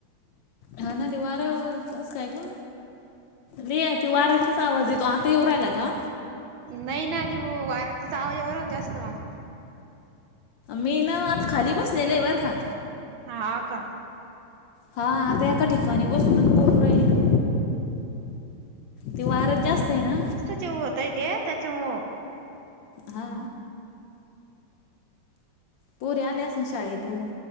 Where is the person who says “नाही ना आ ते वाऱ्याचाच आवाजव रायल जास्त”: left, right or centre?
Right